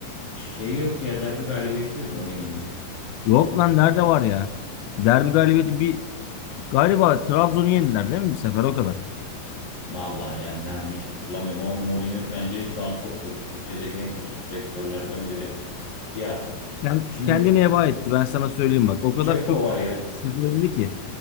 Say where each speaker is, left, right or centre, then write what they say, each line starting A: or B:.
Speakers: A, on the left (about 55°); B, on the left (about 80°).
A: şeyi yok ya derbi galibiyeti yok Mourinho'nun.
B: Yok lan nerede var ya? Derbi galibiyeti bir galiba Trabzon'u yendiler değil mi bir sefer o kadar.
A: Vallahi yendiler mi hiç hatırlamıyorum ama Mourinho bence şu an çok kötü. Türkiye'deki en kötü direktörlerden biri. Ya
B: Kend,
A: şimdi
B: kendini heba etti ben sana söyleyeyim bak. O kadar
A: Ceko
B: çok
A: var ya.
B: sızlandı ki.